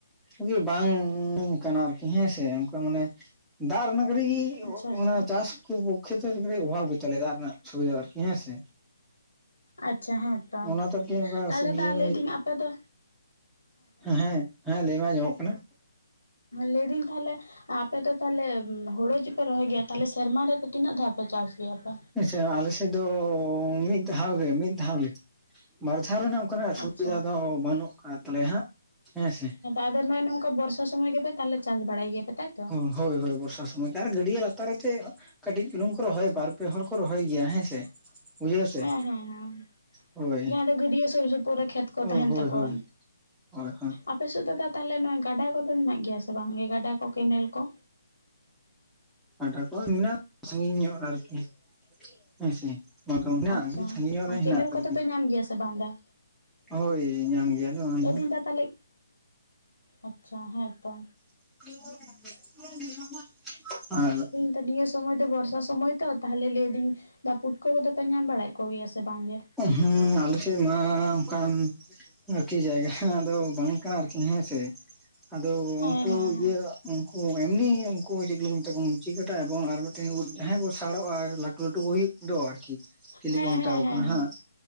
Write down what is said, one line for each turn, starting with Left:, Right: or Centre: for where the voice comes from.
Centre: ᱤᱭᱟ. ᱵᱟᱝ ᱠᱟᱱᱟ, ᱟᱨᱠᱤ ᱦᱮᱸᱥᱮ ᱚᱱᱠᱟ ᱢᱟᱱᱮ ᱫᱟᱜ ᱨᱮᱱᱟᱜ ᱠᱟᱴᱤᱡ ᱜᱮ,
Left: ᱟᱪᱪᱷᱟ ᱟᱪᱪᱷᱟ
Centre: ᱚᱱᱟ ᱪᱟᱥ ᱠᱚ ᱠᱚ ᱠᱷᱮᱛᱨᱮ ᱠᱟᱴᱤᱡ ᱚᱵᱷᱟᱵ ᱜᱮ ᱛᱟᱞᱮᱭᱟ, ᱫᱟᱜ ᱨᱮᱱᱟᱜ ᱥᱩᱵᱤᱫᱷᱟ ᱟᱨᱠᱤ ᱦᱮᱸ ᱥᱮ,
Left: ᱟᱪᱪᱷᱟ ᱦᱮᱸᱛᱚ,
Centre: ᱚᱱᱟ ᱛᱮ ᱟᱨᱠᱤ ᱚᱱᱠᱟ
Left: ᱛᱟᱦᱚᱞᱮ
Centre: ᱥᱚᱵᱽᱡᱤ
Left: ᱫᱟ ᱞᱟᱹᱭᱫᱟᱹᱧ ᱟᱯᱮ ᱫᱚ
Centre: ᱦᱮᱸ, ᱦᱮᱸ, ᱞᱟᱹᱭᱢᱮ ᱟᱸᱡᱚᱢᱚᱜ ᱠᱟᱱᱟ?
Left: ᱞᱟᱹᱭ ᱫᱟᱹᱧ ᱛᱟᱦᱞᱮ ᱟᱯᱮ ᱫᱚ ᱛᱟᱦᱞᱮ ᱦᱳᱲᱳ ᱜᱮᱯᱮ ᱨᱚᱦᱚᱭ ᱜᱮᱭᱟ, ᱛᱟᱦᱚᱞᱮ ᱥᱮᱨᱢᱟ ᱨᱮᱫᱚ ᱛᱤᱱᱟᱹᱜ ᱫᱷᱟᱣ ᱯᱮ ᱪᱟᱥ ᱜᱮᱭᱟᱯᱮ?
Centre: ᱟᱪᱪᱷᱟ ᱟᱞᱮᱥᱮᱫ ᱫᱚ, ᱢᱤᱫ ᱫᱷᱟᱣ ᱜᱮ, ᱢᱤᱫ ᱫᱷᱟᱣ ᱜᱮ᱾ ᱵᱟᱨᱫᱷᱟᱣ ᱨᱮᱱᱟᱜ ᱚᱱᱠᱟᱱᱟᱜ ᱥᱩᱵᱤᱫᱷᱟ
Left: ᱟᱪᱪᱷᱟ
Centre: ᱫᱚ, ᱵᱟᱹᱱᱩᱜ ᱠᱟᱜ ᱛᱟᱞᱮᱭᱟ ᱦᱟᱸᱜ, ᱦᱮᱸ ᱥᱮ᱾
Left: ᱟᱫᱚ ᱱᱚᱜᱼᱚᱭ ᱱᱚᱝᱠᱟ ᱵᱚᱨᱥᱟ, ᱥᱚᱢᱚᱭ ᱜᱮᱯᱮ ᱛᱟᱦᱚᱞᱮ ᱪᱟᱥ ᱵᱟᱲᱟᱭ ᱜᱮᱭᱟᱯᱮ, ᱛᱟᱭ
Centre: ᱦᱳᱭ, ᱦᱳᱭ ᱵᱚᱨᱥᱟ ᱥᱚᱢᱚᱭ ᱜᱮ, ᱟᱨ ᱜᱟᱹᱰᱭᱟᱹ ᱞᱟᱛᱟᱨ ᱛᱮ ᱠᱟᱹᱴᱤᱡ ᱪᱩᱞᱩᱝ ᱠᱚ ᱨᱚᱦᱚᱭ, ᱵᱟᱨ ᱯᱮ ᱦᱚᱲ ᱠᱚ ᱨᱚᱦᱚᱭ ᱜᱮᱭᱟ, ᱦᱮᱸ ᱥᱮ᱾ ᱵᱩᱡᱷᱟᱹᱣ ᱥᱮ
Left: ᱦᱮᱸ, ᱦᱮᱸ, ᱦᱮᱸ,
Centre: ᱦᱳᱭ
Left: ᱡᱟᱦᱟᱸ ᱫᱚ ᱜᱟᱹᱰᱭᱟᱹ ᱥᱩᱨ ᱥᱩᱯᱩᱨ ᱨᱮ, ᱠᱷᱮᱛ ᱠᱚ
Centre: ᱦᱳᱭ
Left: ᱛᱟᱦᱮᱱ
Centre: ᱦᱳᱭ
Left: ᱛᱟᱠᱚᱣᱟ,
Centre: ᱦᱳᱭ ᱦᱳᱭ, ᱦᱳᱭ᱾
Left: ᱟᱯᱮᱥᱮᱫ ᱫᱚ ᱫᱟ ᱛᱟᱦᱚᱞᱮ ᱱᱚᱣᱟ, ᱜᱟᱰᱟ ᱠᱚᱫᱚ ᱢᱮᱱᱟᱜ ᱜᱮᱭᱟ ᱥᱮ ᱵᱟᱝ, ᱜᱟᱰᱟ ᱠᱚ ᱠᱮᱱᱮᱞ ᱠᱚ?
Centre: ᱜᱟᱰᱟ ᱠᱚ ᱢᱮᱱᱟᱜᱼᱟ, ᱥᱟᱺᱜᱤᱧ ᱧᱚᱜ ᱟᱨᱠᱤ ᱦᱮᱸ ᱥᱮᱮ, ᱵᱟᱝᱠᱷᱟᱱ ᱞᱮᱭᱟ,
Left: ᱟᱪᱪᱷᱟ
Centre: ᱟᱰᱤ ᱥᱟᱸᱜᱤᱧ ᱧᱚᱜ
Left: ᱟᱨ
Centre: ᱨᱮ ᱦᱮᱱᱟᱜ
Left: ᱠᱮᱱᱮᱞ
Centre: ᱟᱨᱠᱤ᱾
Left: ᱠᱚᱫᱚ ᱯᱮ ᱧᱟᱢ ᱜᱮᱭᱟ ᱥᱮ ᱵᱟᱝ ᱫᱟ
Centre: ᱦᱳᱭ, ᱧᱟᱢ ᱜᱮᱭᱟᱞᱮ ᱚᱱᱟᱦᱚ᱾
Left: ᱞᱟᱹᱭᱫᱟᱹᱧ ᱫᱟ ᱛᱟᱦᱚᱞᱮ ᱟᱪᱪᱷᱟ ᱦᱮᱸ ᱛᱚ,
Centre: <unintelligible> <unintelligible> ᱟᱨ
Left: ᱛᱚ ᱱᱤᱭᱟᱹ ᱥᱚᱢᱚᱭ ᱫᱚ ᱵᱚᱨᱥᱟ ᱥᱚᱢᱚᱭ ᱛᱚ, ᱛᱟᱦᱚᱞᱮ ᱞᱟᱹᱭᱫᱟᱹᱧ ᱫᱟ ᱯᱩᱴ ᱠᱚ ᱠᱚᱫᱚ ᱯᱮ, ᱧᱟᱢ ᱵᱟᱲᱟᱭᱮᱫ ᱠᱚᱜᱮᱭᱟ ᱥᱮ ᱵᱟᱝ ᱜᱮ?
Centre: ᱦᱩᱸ ᱟᱞᱮᱥᱮᱫ ᱢᱟ ᱚᱱᱠᱟᱱ, ᱟᱨᱠᱤ ᱡᱟᱭᱜᱟ ᱟᱫᱚ ᱵᱟᱝ ᱠᱟᱱᱟ, ᱟᱨᱠᱤ ᱦᱮᱸᱥᱮ, ᱟᱫᱚ
Left: ᱦᱮᱸ
Centre: ᱩᱱᱠᱩ
Left: ᱦᱮᱸ
Centre: ᱤᱭᱟᱹ, ᱩᱱᱠᱩ ᱮᱢᱱᱤ ᱩᱱᱠᱩ ᱪᱤᱠᱚ ᱞᱟᱹᱭ ᱮᱱᱮᱛᱮ, ᱠᱚ ᱢᱤᱪᱤᱠ ᱠᱟᱴᱟ ᱮᱵᱚᱝ ᱟᱨ, ᱢᱤᱫᱴᱮᱱ ᱡᱟᱦᱟᱸᱭ ᱠᱚ ᱥᱟᱲᱚᱜᱼᱟ ᱞᱟᱴᱩ ᱞᱟᱟᱹᱴᱩ ᱠᱚ ᱦᱩᱭᱩᱜᱼᱟ᱾ ᱫᱚ ᱟᱨᱠᱤ ᱪᱤᱞᱤ
Left: ᱦᱮᱸ
Centre: ᱠᱚ ᱢᱮᱛᱟ
Left: ᱦᱮᱸ
Centre: ᱠᱚ
Left: ᱦᱮᱸ
Centre: ᱠᱟᱱᱟ,
Left: ᱦᱮᱸ
Centre: ᱦᱟᱸᱜ